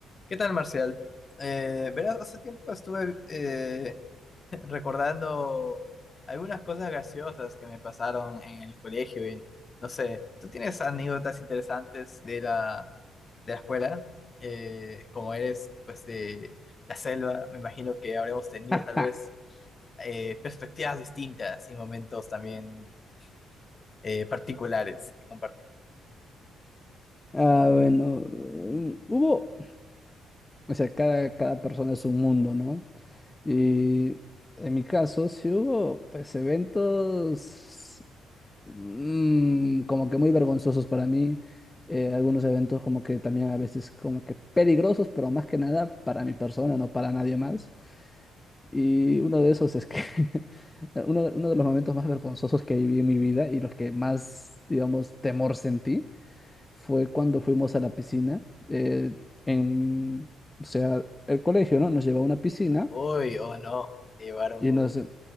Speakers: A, on the left; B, on the left.
A: ¿Qué tal, Marcial? Eh, verás, hace tiempo estuve eh, <laughs> recordando algunas cosas graciosas que me pasaron en el colegio y no sé, ¿tú tienes anécdotas interesantes de la, de la escuela? Eh, como eres, pues, de la selva, me imagino que habremos tenido
B: <laughs>
A: tal vez eh, perspectivas distintas y momentos también eh, particulares que compartir.
B: Ah, bueno, mm, hubo, o sea, cada, cada persona es un mundo, ¿no? Y en mi caso, sí hubo, pues, eventos mm, como que muy vergonzosos para mí, eh, algunos eventos como que también a veces como que peligrosos, pero más que nada para mi persona, no para nadie más. Y uno de esos es que <laughs> uno, de- uno de los momentos más vergonzosos que viví en mi vida y los que más, digamos, temor sentí fue cuando fuimos a la piscina, eh, en, o sea, el colegio, ¿no? Nos llevó a una piscina
A: Uy, o no, llevar, un-
B: y nos,